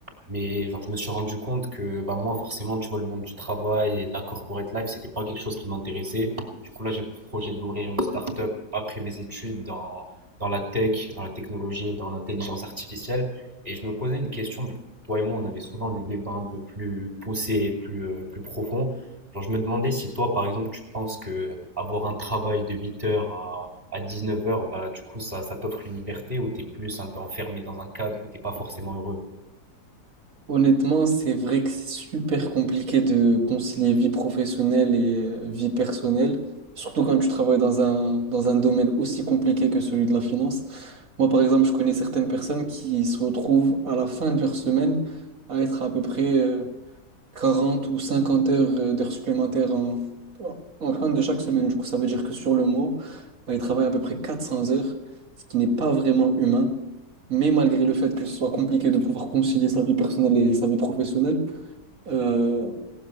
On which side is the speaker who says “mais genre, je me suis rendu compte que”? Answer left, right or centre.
Right